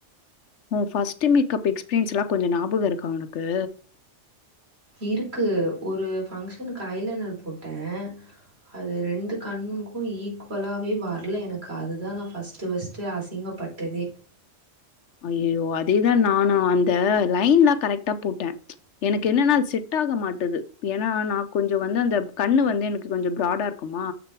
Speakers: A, on the left (about 75°); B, on the right (about 60°).
A: ஓ ஃபர்ஸ்ட் மேக்ப் எக்ஸ்பீரியன்ஸ் எல்லா கொஞ்சோ ஞாபகம் இருக்கா உனக்கு
B: இருக்கு ஒரு பஃங்க்ஷனுக்கு ஐலைனர் போட்டே அது ரெண்டு கண்ணுங்களுக்கு ஈக்குவலாவே வரல எனக்கு அதுதா நா ஃபர்ஸ்ட்டு ஃபர்ஸ்ட்டு அசிங்கப்பட்டதே
A: அய்யயோ அதேதா நானு அந்த லைன்லா கரெக்டா போட்டே எனக்கு என்னன்னா அது செட்டாக மாட்டுது ஏன்னா நா கொஞ்சோ வந்து அந்த கண்ணு வந்து எனக்கு கொஞ்சோ ப்ராடா இருக்குமா